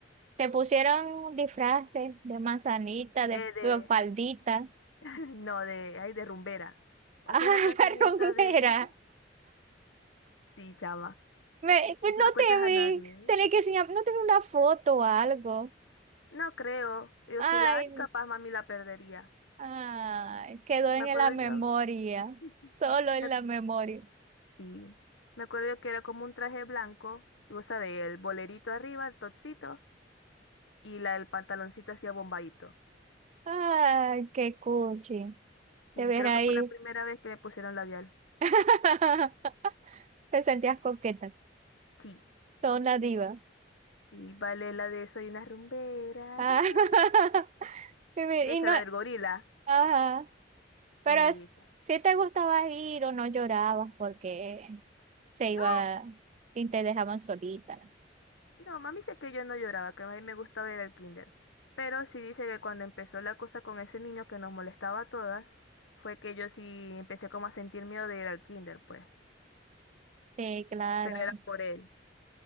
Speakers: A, on the right; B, on the left.
A: Te pusieron disfraces de manzanita, de
B: Que de,
A: faldita.
B: <laughs> no, de, ay, de rumbera. O
A: Ah, <laughs>
B: sea, y la canción
A: la
B: esta
A: romera.
B: de... <laughs> Sí, chama.
A: Me, no
B: No se lo cuentes
A: te
B: a
A: vi.
B: nadie. ¿eh?
A: Tenés que enseñar, no te vi una foto o algo.
B: No creo. Yo
A: Ay,
B: soy la ay, capaz mami la perdería.
A: ay, quedó en
B: Me acuerdo
A: la memoria,
B: yo, <laughs>
A: solo en
B: me,
A: la memoria.
B: sí, me acuerdo yo que era como un traje blanco, y vos sabés, el bolerito arriba, el topsito, y la, el pantaloncito hacía bombadito.
A: Ay, qué cuchi.
B: Y
A: Te ves
B: creo
A: ahí.
B: que fue la primera vez que me pusieron labial.
A: <laughs> Te sentías coqueta,
B: Sí.
A: son la diva.
B: Y vale la de soy una rumbera,
A: Ah,
B: rumbera.
A: <laughs> Y me-
B: Esa,
A: y no,
B: la del gorila.
A: ajá. Pero
B: Y esa.
A: si te gustaba ir o no llorabas porque se
B: No,
A: iba y te dejaban solita.
B: no, mami dice que yo no lloraba, que a mí me gustaba ir al kinder. Pero sí dice que cuando empezó la cosa con ese niño que nos molestaba a todas, fue que yo sí empecé como a sentir miedo de ir al kinder, pues.
A: Sí, claro.
B: pero era por él.